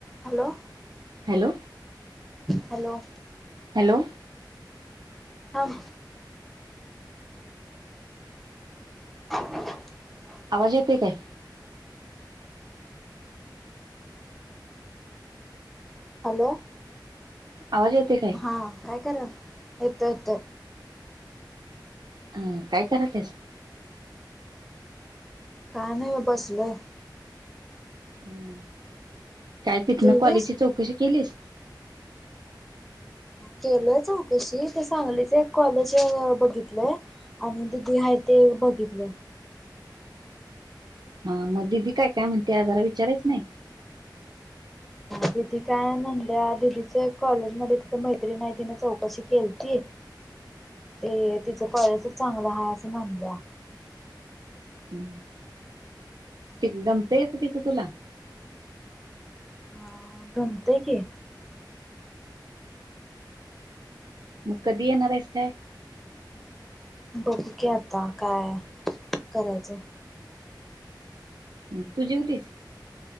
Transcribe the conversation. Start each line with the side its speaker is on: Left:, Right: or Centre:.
Centre: Hello
Right: hello
Centre: hello
Right: hello
Centre: थांब <inaudible>
Right: आवाज येतय काय?
Centre: हॅलो
Right: आवाज येते काय
Centre: हा काय करा येत येत.
Right: अं काय करात्यास.
Centre: का नाही व बसलोय.
Right: हूं काय तिथन
Centre: जेवलीस
Right: कॉलेजची चौकशी केलीस.
Centre: केलंय चौकशी तर सांगलीच एक कॉलेज बघितलंय आणि दिदी हाय ते बघितलं
Right: हा मग दिदी काय काय म्हणते, आ जरा विचारायच नाही
Centre: दिदी काय म्हनल्या दिदीच कॉलेज मध्ये तिथं मैत्रीन हाय तिनं चौकशी केलती ते तिच कॉलेजच चांगलं आहे असं म्हनल्या
Right: हूं ती गमत येत तिथं तुला.
Centre: हा गमतय की.
Right: कधी येणार आहेस काय?
Centre: बघु की आता काय करायचं.
Right: ह तू जेवलीस?